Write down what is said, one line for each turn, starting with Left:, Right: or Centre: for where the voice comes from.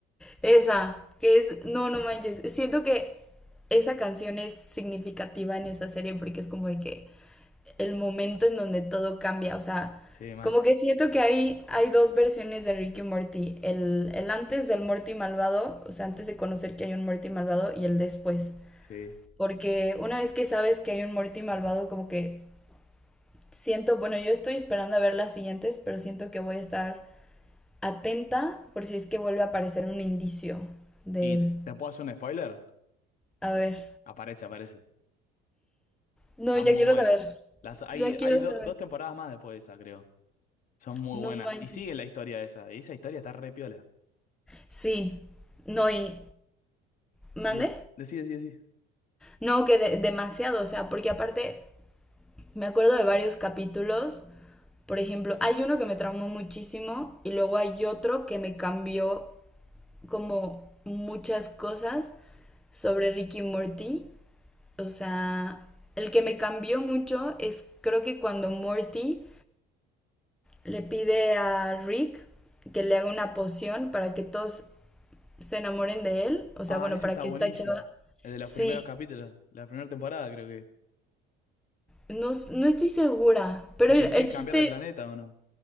Centre: Esa, que es, no, no manches, siento que esa canción es significativa en esa serie porque es como de que el momento en donde todo cambia, o sea,
Left: Sí, mal.
Centre: como que siento que hay, hay dos versiones de Rick y Morty, el, el antes del Morty malvado, o sea, antes de conocer que hay un Morty malvado y el después,
Left: Sí.
Centre: porque una vez que sabes que hay un Morty malvado, como que siento, bueno, yo estoy esperando a ver las siguientes, pero siento que voy a estar atenta por si es que vuelve a aparecer un indicio de
Left: ¿Y
Centre: él.
Left: t- te puedo hacer un spoiler?
Centre: A ver.
Left: Aparece, aparece.
Centre: No,
Left: Está
Centre: ya
Left: muy
Centre: quiero
Left: buena.
Centre: saber.
Left: Las, hay
Centre: Ya quiero
Left: hay do-
Centre: saber.
Left: dos temporadas más después de esa, creo. Son muy
Centre: No
Left: buenas.
Centre: manches.
Left: Y sigue la historia de esa. Y esa historia está re piola.
Centre: Sí. No, y... ¿Mande?
Left: Die- Decí, decí, decí.
Centre: No, que de- demasiado, o sea, porque aparte me acuerdo de varios capítulos. Por ejemplo, hay uno que me traumó muchísimo y luego hay otro que me cambió como muchas cosas sobre Ricky Morty. O sea, el que me cambió mucho es creo que cuando Morty le pide a Rick que le haga una poción para que todos se enamoren de él. O sea,
Left: Ah,
Centre: bueno,
Left: ese
Centre: para
Left: está
Centre: que
Left: buenísimo.
Centre: esta chava.
Left: El de los
Centre: Sí,
Left: primeros capítulos, la primera temporada creo que.
Centre: no, s- no estoy segura. Pero
Left: Que se
Centre: el,
Left: tienen
Centre: el
Left: que
Centre: chiste,
Left: cambiar de planeta, ¿o no?